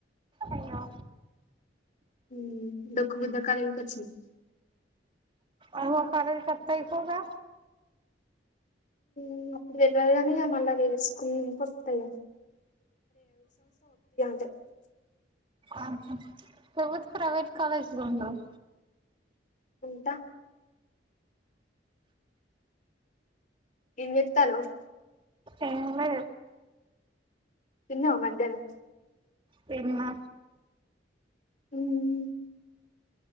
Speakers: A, on the right; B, on the left.
A: అయ్యే
B: <unintelligible>
A: అవో <unintelligible> ఇక్కువగా
B: హ్మ్ రెగ్యులర్ గాని మళ్ళా వేసుకునికి వస్తాయి <unintelligible>
A: ఆహా! <unintelligible> ప్రైవేట్ కాలజ్ ఉండవు
B: ఉంటా ఏం జెత్తనవ్
A: ఎంలేద్
B: తినవా మధ్యాహ్నం?
A: తిన్న
B: ఉమ్ మ్